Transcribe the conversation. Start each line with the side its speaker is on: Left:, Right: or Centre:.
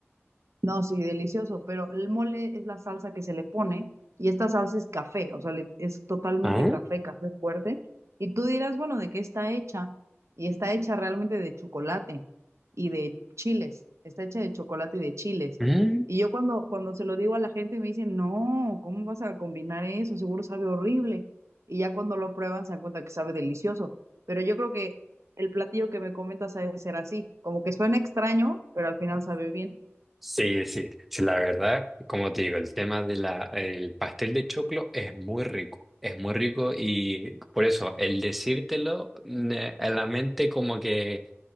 Right: No, sí, delicioso, pero el mole es la salsa que se le pone y esta salsa es café, o sea, le- es totalmente
Centre: ah
Right: café, café fuerte. Y tú dirás, bueno, ¿de qué está hecha? Y está hecha realmente de chocolate y de chiles, está hecha de chocolate y de chiles.
Centre: Mm,
Right: Y yo cuando, cuando se lo digo a la gente me dicen, no, ¿cómo vas a combinar eso? Seguro sabe horrible. Y ya cuando lo prueban se dan cuenta que sabe delicioso. Pero yo creo que el platillo que me comentas ha de ser así, como que suena extraño, pero al final sabe bien.
Centre: Sí, sí, sí, la verdad, como te digo, el tema de la, el pastel de choclo es muy rico, es muy rico y por eso el decírtelo mm, eh, a la mente como que